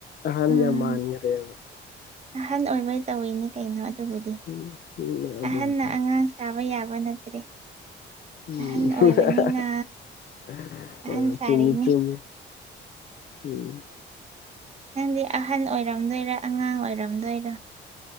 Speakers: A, on the left (about 50°); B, on the right (about 35°).
A: ꯑꯍꯟ
B: ꯎꯝ
A: ꯌꯥꯝ ꯃꯥꯟꯒ꯭ꯔꯦꯕ
B: ꯑꯍꯟ ꯑꯣꯏꯕꯩ ꯇꯧꯋꯤꯅꯦ ꯀꯩꯅꯣ ꯑꯗꯨꯕꯨꯗꯤ
A: ꯎꯝ ꯎꯝ ꯑꯗꯨꯅꯤ
B: ꯑꯍꯟꯅ ꯑꯉꯥꯡ ꯁꯥꯕ ꯌꯥꯕ ꯅꯠꯇ꯭ꯔꯦ
A: ꯎꯝ
B: ꯑꯍꯟ
A: <unintelligible>
B: ꯑꯣꯏꯕꯅꯤꯅ ꯑꯍꯟ
A: ꯑ
B: ꯁꯥꯔꯤꯅꯤ
A: ꯆꯨꯝꯃꯤ ꯆꯨꯝꯃꯤ ꯎꯝ
B: ꯅꯪꯗꯤ ꯑꯍꯟ ꯑꯣꯏꯔꯝꯗꯣꯏꯔ ꯑꯉꯥꯡ ꯑꯣꯏꯔꯝꯗꯣꯏꯔ